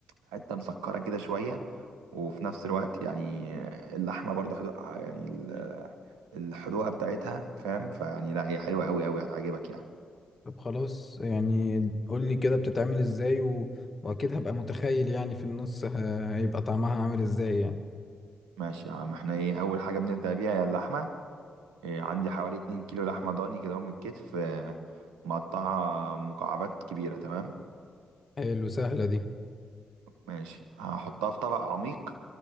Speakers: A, on the right; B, on the left.
A: حتة مسكرة كده شوية وفي نفس الوقت يعني اللحمة برضه حدو... آه، يعني ال- الحدوقة بتاعتها فاهم فيعني لا هي حلوة قوي قوي هتعجبك يعني
B: طب خلاص يعني قولي كده بتتعمل إزاي و... وأكيد هبقى متخيل يعني في النص ه- هيبقى طعمها عامل إزاي يعني
A: ماشي يا عم احنا ايه أول حاجة بنبدأ بيها هي اللحمة إيه عندي حوالي 2 كيلو لحمة ضاني كده من الكتف آه، مقطعة مكعبات كبيرة تمام
B: حلو سهلة دي
A: ماشي هحطها في طبق عميق